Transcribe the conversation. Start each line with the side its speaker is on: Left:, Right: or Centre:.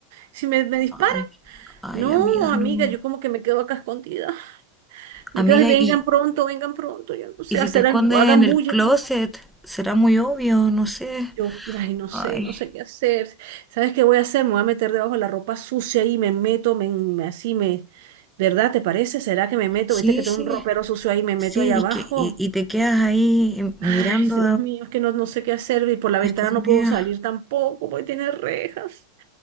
Right: si me, me disparan.
Centre: Ay, ay,
Right: No,
Centre: amiga, no.
Right: amiga, yo como que me quedo acá escondida.
Centre: Amiga,
Right: Me quedo, ay, vengan
Centre: y,
Right: pronto, vengan pronto, yo no sé,
Centre: y si
Right: hacer,
Centre: te escondes
Right: al- hagan
Centre: en el
Right: bulla.
Centre: closet, será muy obvio, no sé.
Right: Yo, ay, no sé,
Centre: Ay,
Right: no sé qué hacer. ¿Sabes qué voy a hacer? Me voy a meter debajo de la ropa sucia y me meto, me, me- así me, ¿verdad? ¿Te parece? ¿Será que me meto?
Centre: sí,
Right: ¿Viste que tengo
Centre: sí,
Right: un ropero sucio ahí y me meto
Centre: sí,
Right: ahí abajo?
Centre: y, que, y, y te quedas ahí eh,
Right: Ay,
Centre: mirando
Right: Dios mío, es que no, no sé qué hacer y por la ventana
Centre: escondida.
Right: no puedo salir tampoco porque tiene rejas.